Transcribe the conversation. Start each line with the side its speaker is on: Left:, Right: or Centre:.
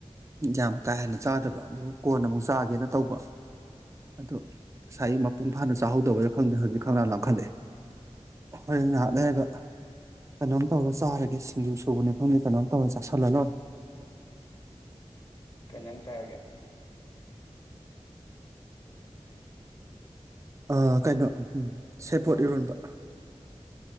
Right: ꯌꯥꯝ ꯀꯥ ꯍꯦꯟꯅ ꯆꯥꯗꯕ ꯑꯗꯨ ꯀꯣꯟꯅ ꯑꯃꯨꯛ ꯆꯥꯒꯦꯅ ꯇꯧꯕ ꯑꯗꯣ ꯉꯁꯥꯏ ꯑꯌꯨꯛ ꯃꯄꯨꯡ ꯐꯥꯅ ꯆꯥꯍꯧꯗꯕꯩꯔ ꯈꯪꯗꯦ ꯍꯧꯖꯤꯛ ꯈꯪꯂꯥꯝ ꯂꯥꯝꯈꯠꯂꯛꯑꯦ ꯍꯣꯔꯦꯟ ꯉꯍꯥꯛ ꯂꯩꯔꯒ ꯀꯩꯅꯣꯝ ꯇꯧꯔ ꯆꯥꯔꯒꯦ ꯁꯤꯡꯖꯨ ꯁꯨꯕꯅꯤ ꯈꯪꯗꯦ ꯀꯩꯅꯣꯝ ꯇꯧꯔ ꯆꯥꯥꯁꯜꯂ ꯂꯣꯏꯔꯦ
Left: ꯀꯩꯩꯏꯟꯖꯥꯡ ꯆꯥꯔꯒꯦ
Right: ꯑ ꯀꯩꯅꯣ ꯎꯝ ꯁꯦꯕꫭꯠ
Left: ꯍꯜꯂꯣ
Right: ꯏꯔꯣꯟꯕ